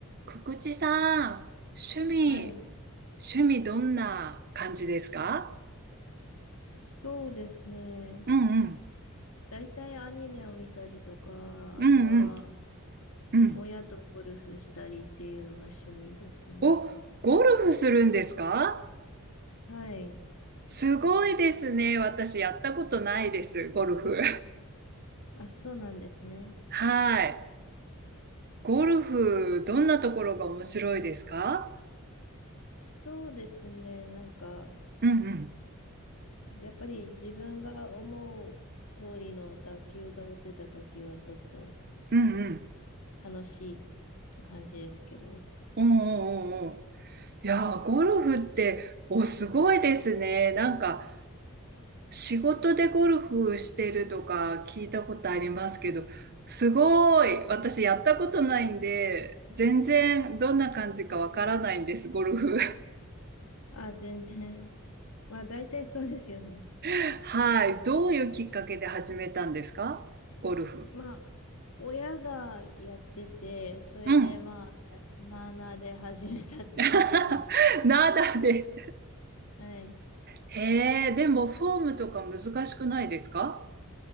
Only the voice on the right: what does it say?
くくちさん、趣味、
趣味どんな感じですか
うんうん、
うんうん、
うん。
お、ゴルフするんですか
すごいですね。私やったことないです、ゴルフ。
<laughs> はい。ゴルフ、どんなところが面白いですか
うんうん、
うんうん。
おーおーおーおー。いやー、ゴルフって、お、すごいですね。なんか、仕事でゴルフしてるとか聞いたことありますけど、すごい、私やったことないんで、全然どんな感じかわからないんです、ゴルフ。
<laughs> はい。どういうきっかけで始めたんですかゴルフ。
うん。
<laughs> ナダで。
へえ、でもフォームとか難しくないですか